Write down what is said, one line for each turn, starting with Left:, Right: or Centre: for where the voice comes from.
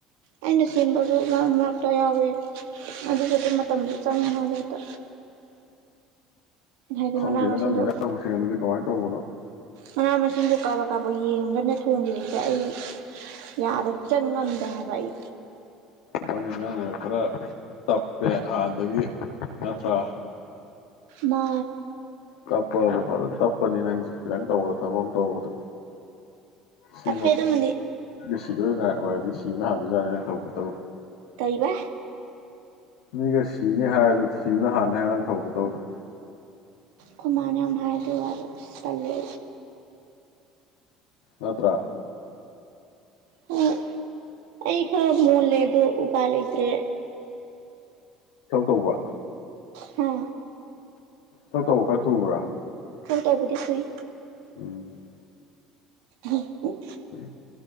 Right: ꯑꯩꯅ ꯁꯦꯝꯕꯁꯨ ꯃꯔꯛ ꯃꯔꯛꯇ ꯌꯥꯎꯋꯦ ꯑꯗꯨꯗꯗꯤ ꯃꯇꯝꯗ ꯆꯪꯅꯉ ꯍꯦꯛꯇ ꯍꯥꯏꯗꯤ
Left: ꯈꯪꯗꯦꯅ
Right: ꯃꯅꯥ ꯃꯁꯤꯡꯗꯣ
Left: ꯅꯪ ꯏꯖꯥꯡꯕꯁꯦ ꯑꯗꯨꯗꯤ ꯀꯃꯥꯏꯅ ꯇꯧꯕꯅꯣ
Right: ꯃꯅꯥ ꯃꯁꯤꯡꯗꯣ ꯀꯥꯞꯕ ꯀꯥꯞꯄ ꯌꯦꯡꯉꯒꯅ ꯊꯣꯡꯈꯤꯕꯁꯦ ꯑꯩ ꯌꯥꯗ ꯍꯆꯟ ꯉꯝꯗꯦ ꯍꯥꯏꯕ ꯑꯩ
Left: ꯑꯩꯪꯅ ꯅꯪꯉꯒ ꯈꯔ ꯇꯞꯄꯦ ꯍꯥꯟꯅꯗꯒꯤ ꯅꯠꯇ꯭ꯔꯥ
Right: ꯃꯥ
Left: ꯇꯞꯄꯕꯨ ꯐꯖꯅ ꯇꯞꯄꯅꯤ ꯅꯪꯁꯦ ꯈꯤꯇꯪ ꯇꯧꯕꯗ ꯊꯕꯛ ꯑꯃ ꯇꯧꯕꯗ ꯁꯤ
Right: ꯇꯞꯄꯦ ꯑꯗꯨꯃꯗꯤ
Left: ꯉꯥꯏꯁꯤꯗꯣꯏ ꯉꯥꯏ ꯑꯣꯏꯔꯗꯤ ꯁꯤ ꯁꯤꯕꯅ ꯍꯥꯥꯟꯕꯗꯨꯥꯔꯅꯤ ꯅꯪ ꯊꯕꯛꯄ ꯇꯧꯗꯣ
Right: ꯇꯩꯕ
Left: ꯃꯤꯒ ꯁꯤꯅꯦ ꯍꯥꯏꯔꯗꯨ ꯁꯤꯕꯅ ꯍꯥꯟꯅ ꯍꯥꯏ ꯅꯪ ꯊꯧꯄ ꯇꯧꯗꯨꯣ
Right: ꯀꯨꯃꯥꯟꯅ ꯑꯃꯍꯔꯗ ꯑꯗꯨ ꯇꯜꯂꯤꯦ
Left: ꯅꯠꯇ꯭ꯔꯥ
Right: ꯍꯣꯏ ꯑꯩ ꯈꯔ ꯃꯣꯜꯂꯦ ꯑꯗꯨ ꯎꯄꯥꯏ ꯂꯩꯇ꯭ꯔꯦ
Left: ꯀꯧ ꯇꯧꯕ
Right: ꯍꯥ
Left: ꯊꯕꯛ ꯇꯧꯕ ꯈꯔ ꯊꯨꯕ꯭ꯔꯥ
Right: ꯊꯕꯛ ꯇꯧꯕꯗꯤ ꯊꯨꯏ
Left: ꯎꯝ
Right: ꯎ
Left: ꯄꯨ